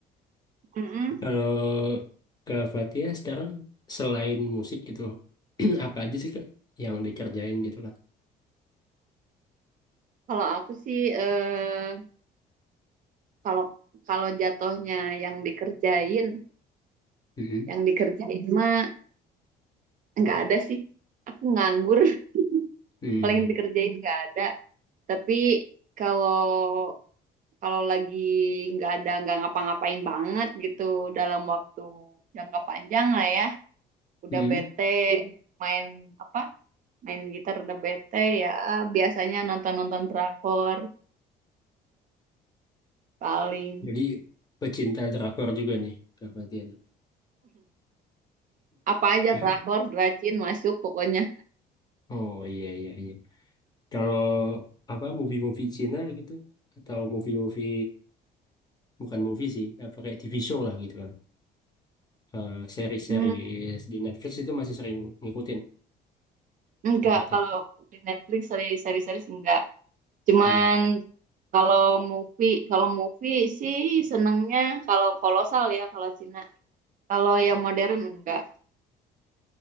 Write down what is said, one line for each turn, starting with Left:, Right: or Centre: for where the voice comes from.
Right: Mm-mm.
Left: Kalau ke Fatia sekarang selain musik gitu, loh, <clears throat> apa aja sih Kak yang dikerjain gitu Kak?
Right: kalau aku sih eh, kalau kalau jatuhnya yang dikerjain
Left: Mm-mm.
Right: yang dikerjain mah nggak ada sih aku nganggur <laughs>
Left: Mm.
Right: paling dikerjain nggak ada tapi kalau kalau lagi nggak ada nggak ngapa-ngapain banget gitu dalam waktu jangka panjang lah ya udah
Left: Mm.
Right: bete main apa main gitar udah bete ya biasanya nonton-nonton drakor paling
Left: Jadi pecinta drakor juga nih Kak Fatia nih.
Right: apa aja
Left: <clears throat>
Right: drakor
Left: <laughs>
Right: dracin masuk pokoknya
Left: Oh iya iya iya. Kalau apa movie-movie Cina gitu atau movie-movie bukan movie sih, apa kayak TV show lah gitu kan. Eh, Seri-seri
Right: hmm,
Left: di Netflix itu masih sering ngikutin
Right: enggak
Left: Kak Fatia.
Right: kalau di Netflix series-series enggak cuman
Left: Mm.
Right: kalau movie kalau movie sih senengnya kalau kolosal ya kalau Cina kalau yang modern enggak